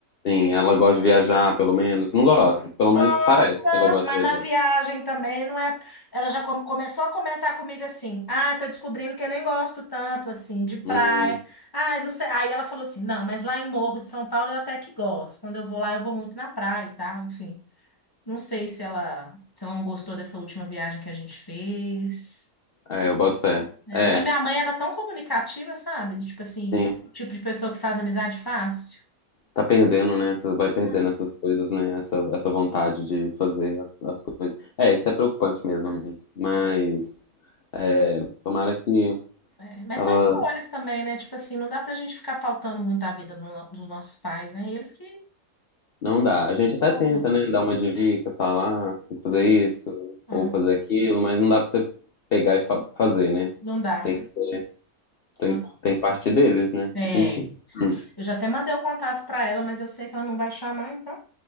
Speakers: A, on the left; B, on the left.
A: Sim, ela gosta de viajar, pelo menos. Não gosta, pelo
B: Gosta,
A: menos parece que ela gosta
B: mas
A: de viajar.
B: na viagem também não é. Ela já come- começou a comentar comigo assim: ah, tô descobrindo que eu nem gosto tanto, assim, de praia.
A: Hum,
B: Ah, não sei. Aí ela falou assim: não, mas lá em Morro de São Paulo eu até que gosto. Quando eu vou lá, eu vou muito na praia e tal, enfim. Não sei se ela, se ela não gostou dessa última viagem que a gente fez.
A: é, eu boto fé.
B: né?
A: É,
B: Não, e minha mãe era tão comunicativa, sabe? Do tipo assim,
A: sim.
B: tipo de pessoa que faz amizade fácil.
A: Tá perdendo, né? Essa- Vai perdendo
B: Ah,
A: essas coisas, né? Essa, essa vontade de fazer a- as coisas. É, isso é preocupante mesmo, amigo. Mas,
B: É.
A: é, tomara que
B: é. Mas
A: ela.
B: são escolhas também, né? Tipo assim, não dá pra gente ficar pautando muito a vida do no- dos nossos pais, né? E eles que
A: Não dá. A gente
B: que
A: até
B: formam.
A: tenta, né? Dar uma dica, falar, "Ah, tem que fazer
B: É,
A: isso ou
B: é.
A: fazer aquilo, mas não dá pra você pegar e fa- fazer, né?
B: Não dá.
A: Tem que ser, tem
B: Ah,
A: que,
B: não.
A: tem que partir deles, né?
B: Tem.
A: Enfim. Hum.
B: Eu já até mandei o contato pra ela, mas eu sei que ela não vai chamar, então.